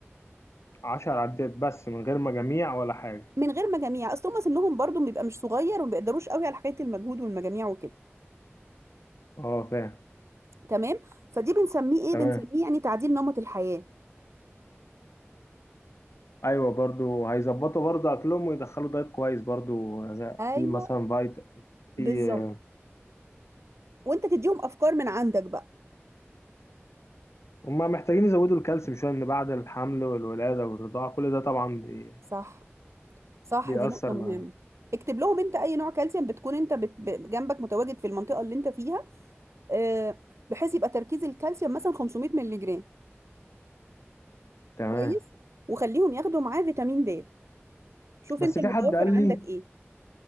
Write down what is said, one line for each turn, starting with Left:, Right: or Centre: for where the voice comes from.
Left: عشر عدات بس من غير مجاميع ولا حاجة
Right: من غير مجاميع اصل هم سنهم برضو بيبقى مش صغير وما بيقدروش قوي على حكايه المجهود والمجاميع وكده
Left: اه فاهم
Right: تمام فدي بنسميه ايه
Left: تمام
Right: بنسميه يعني تعديل نمط الحياه
Left: ايوه برضو هيظبطوا برضو اكلهم ويدخلوا دايت كويس برضو زي-
Right: ايوه
Left: في مثلا فايت في
Right: بالظبط وانت تديهم افكار من عندك بقى
Left: هم محتاجين يزودوا الكالسيوم شويه ان بعد الحمل والولاده والرضاعه كل ده طبعا بي...
Right: صح صح
Left: بيأثر
Right: دي نقطه مهمه
Left: مع
Right: اكتب لهم انت اي نوع كالسيوم بتكون انت بت... ب- جنبك متواجد في المنطقه اللي انت فيها آه، بحيث يبقى تركيز الكالسيوم مثلا 500 مللي جرام
Left: تمام
Right: كويس وخليهم ياخدوا معاه فيتامين د شوف
Left: بس
Right: انت
Left: في
Right: المتوفر
Left: حد قال لي
Right: عندك ايه